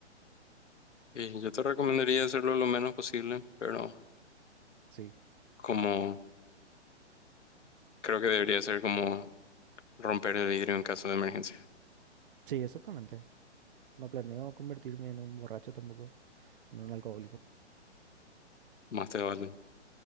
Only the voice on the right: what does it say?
Sí,
sí, exactamente. No planeo convertirme en un borracho tampoco, en un alcohólico.